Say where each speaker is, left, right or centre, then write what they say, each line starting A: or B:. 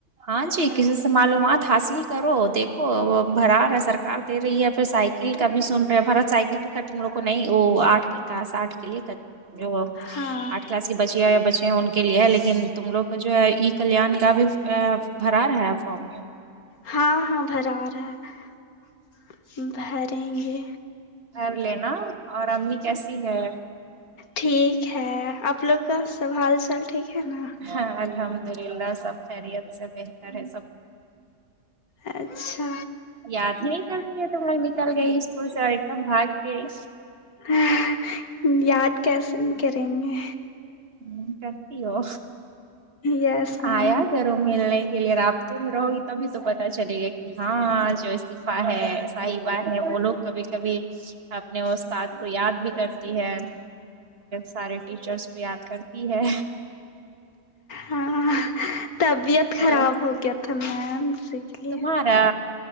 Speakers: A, on the right (about 40°); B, on the left (about 70°).
A: ہاں جی کسی سے معلومات حاصل کرو دیکھو وہ بھرا رہا سرکار دے رہی ہے پھر سائ ل کبھی سن رہے <unintelligible> سائیکل تو خیر تم لوگ کو نہیں وہ آٹ کلاس <unintelligible> یو
B: ہاں
A: آھ کلاس بچییا یا بچے ہیں ان کے لیے ہے لیکن تم لوگ کو جو ہے ای کلان کا بھی ا بھرا رہا ہے فارم
B: ہاں ہاں بھرا رہا ہے بھریں گے
A: بھر لینا اور امی کیسی ہے
B: ٹھیک ہے آپ لوگ کا سب ھال سال ٹھیک ہے نا
A: ہاں الحمد للہ سب خیریت سے بہتر ہے سب
B: اچھا
A: یاد ہے نکلتی ہے تو لوگ نکل گئی اسکول سے اور ایک دم بھاگ گئی
B: ہ یاد کیسے نہیں کریں گے
A: ہ کرتی ہو
B: یس میم
A: آیا گ تم ملنے کے لیے رابطے میں رہو گی تبھی تو پتا چلے گا کہ ہاں جو اسفا ہے صحبہ ہے وہ لوگ کبھی کبھی اپنے استاد کو یاد بھی کرتی ہے سارے ٹیچرس کو یاد کرتی ہے
B: ہاں تب ب خراب
A: اور
B: ہو گیا تھا میم اسی کے لیے
A: تمہارا